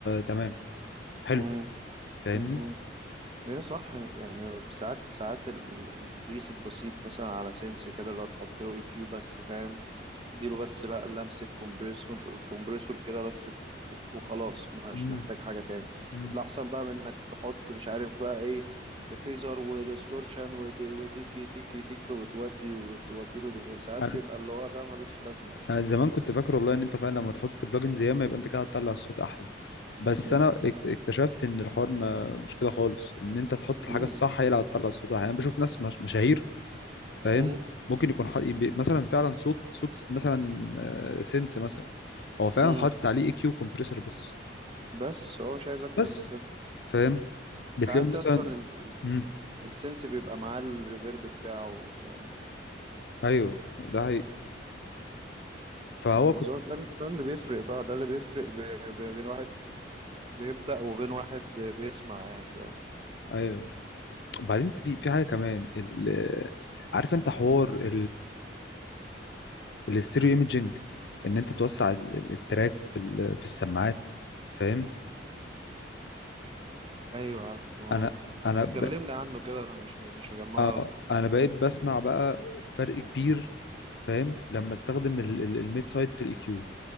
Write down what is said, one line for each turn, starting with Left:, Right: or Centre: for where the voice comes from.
Left: تمام حلو
Right: مم.
Left: فاهمني
Right: مم. هي صح يعني ساعات ساعات ال- البيس البسيط مثلا على سنس كده اللي هو تحط له اي كيو بس فاهم تديله بس لا لمسة كومبريسور الكومبريسور كده بس ت- وخلاص مش
Left: مم.
Right: محتاج حاجة تاني
Left: مم.
Right: يطلع أحسن بقى من إنك تحط مش عارف بقى إيه فيزر وديستورشن وت- وتيكي تيكي تيكي وتودي وتودي له ريفرسات
Left: انا
Right: بيبقى
Left: ز-
Right: اللي هو ده ملوش لازمة أصلا
Left: أنا زمان كنت فاكر والله ان انت فعلا لما تحط بلجنز ياما يبقى انت كده هتطلع الصوت احلى بس
Right: مم.
Left: انا اكت- اكتشفت ان الحوار ما مش كده خالص ان انت تحط الحاجه
Right: مم،
Left: الصح
Right: بالظبط.
Left: هي اللي هتطلع الصوت احلى يعني انا بشوف ناس مش- مشاهير فاهم
Right: مم.
Left: ممكن يكون حق... يبي- مثلا فعلا صوت صوت س- مثلا آه، سينس مثلا هو فعلا
Right: مم.
Left: حاطط عليه اي كيو كومبريسور بس
Right: بس هو مش عايز أكتر
Left: بس
Right: من كده
Left: فاهم بتلاقيهم
Right: ساعات
Left: مثلا
Right: أصلا
Left: امم
Right: السنس بيبقى معاه الريفيرب بتاعه فاهم؟
Left: ايوه ده حقيقي فهو
Right: بالظبط
Left: كنت
Right: ده ده اللي بيفرق بقى ده اللي بيفرق ب- ب- بين واحد بيبدأ وبين واحد بيسمع يعني فاهم
Left: ايوه بعدين في في حاجه كمان ال- عارف انت حوار الاستيريو ايميجينج ان انت توسع ال- ال- التراك في ال- في السماعات فاهم
Right: ايوه عارفه
Left: انا
Right: بس
Left: انا ب...
Right: كلمني عنه كده انا مش مش مجمعه
Left: آه
Right: أوي.
Left: انا بقيت بسمع بقى فرق كبير فاهم لما استخدم ال- ال- الميد سايد في الاي كيو